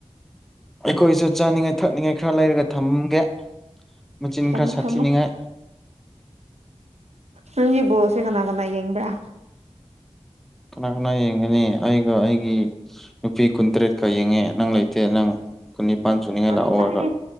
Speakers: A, in the centre; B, on the right (about 70°).
A: ꯑꯩꯈꯣꯏꯁꯨ ꯆꯥꯅꯤꯡꯉꯥꯏ ꯊꯛꯅꯤꯡꯉꯥꯏ ꯈꯔ ꯂꯩꯔꯒ ꯊꯝꯒꯦ ꯃꯆꯤꯟ
B: ꯊꯝꯃꯣ
A: ꯈꯔ ꯁꯥꯊꯤꯅꯤꯉꯥꯏ
B: ꯊꯝꯃꯣ ꯅꯪꯒꯤ ꯕꯣꯜꯁꯦ ꯀꯅꯥ ꯀꯅꯥ ꯌꯦꯡꯕ꯭ꯔꯥ
A: ꯀꯅꯥ ꯀꯅꯥ ꯌꯦꯡꯒꯅꯤ ꯑꯩꯒ ꯑꯩꯒꯤ ꯅꯨꯄꯤ ꯀꯨꯟꯇꯔꯦꯠꯀ ꯌꯦꯡꯉꯦ ꯅꯪ ꯂꯩꯇꯦ ꯅꯪ ꯀꯨꯟ ꯅꯤꯄꯥꯟ ꯁꯨꯅꯤꯡꯉꯥꯏ
B: ꯈꯪꯉꯦ
A: ꯂꯥꯛꯑꯣ
B: ꯈꯪꯉꯦꯅꯦ
A: ꯍꯥꯢꯔ